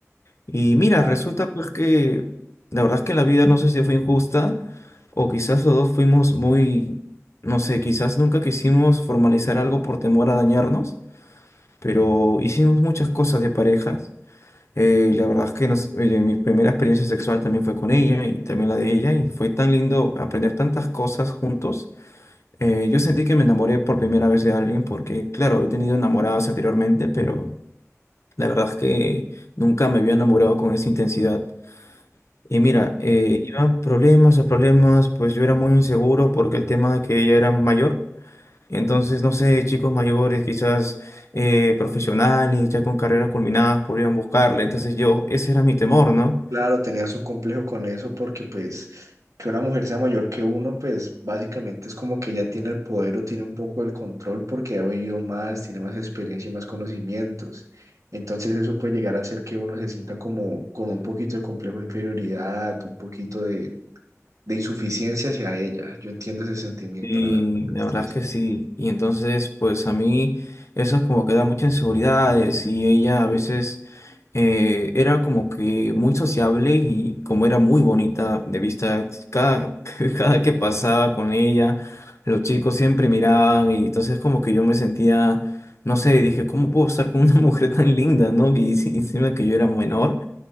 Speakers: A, on the left; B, on the right.
A: Y mira,
B: Claro.
A: resulta pues que la verdad es que la vida no sé si fue injusta o quizás los dos fuimos muy, no sé, quizás nunca quisimos formalizar algo por temor a dañarnos pero hicimos muchas cosas de parejas. Eh, la verdad es que nos- oye, mi primera experiencia sexual también fue con ella y también la de ella y fue tan lindo aprender tantas cosas juntos. Eh, yo sentí que me enamoré por primera vez de alguien porque, claro, he tenido enamoradas anteriormente, pero la verdad es que nunca me había enamorado con esa intensidad. Y mira, eh, iban problemas a problemas, pues yo era muy inseguro porque el tema de que ella era mayor. Entonces, no sé, chicos mayores, quizás eh, profesionales, ya con carreras culminadas, podrían buscarle. Entonces yo, ese era mi temor, ¿no?
B: Claro, tenías un complejo con eso porque pues que una mujer sea mayor que uno, pues básicamente es como que ella tiene el poder o tiene un poco el control porque ha vivido más, tiene más experiencia y más conocimientos. Entonces eso puede llegar a hacer que uno se sienta como con un poquito de complejo de inferioridad, un poquito de, de insuficiencia hacia ella. Yo entiendo ese sentimiento,
A: Y
B: la verdad.
A: la
B: Es
A: verdad
B: triste.
A: es que sí. Y entonces, pues a mí eso es como que da muchas inseguridades y ella a veces eh, era como que muy sociable y como era muy bonita de vista, cada, <laughs> cada que pasaba con ella, los chicos siempre miraban y entonces como que yo me sentía, no sé, dije, ¿cómo puedo estar con una <laughs> mujer tan linda, no? Y si- encima que yo era menor